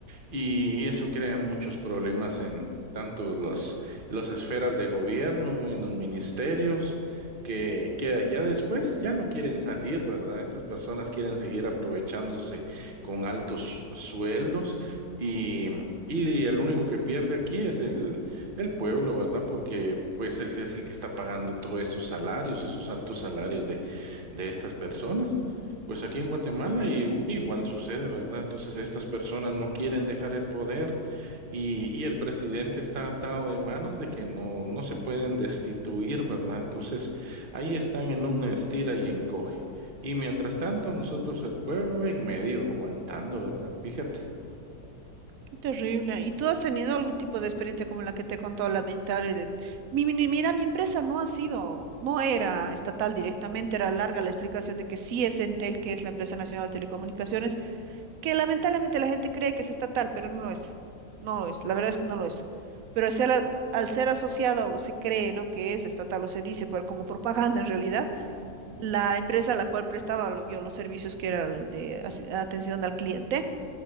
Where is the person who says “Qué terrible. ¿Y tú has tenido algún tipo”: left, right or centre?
Right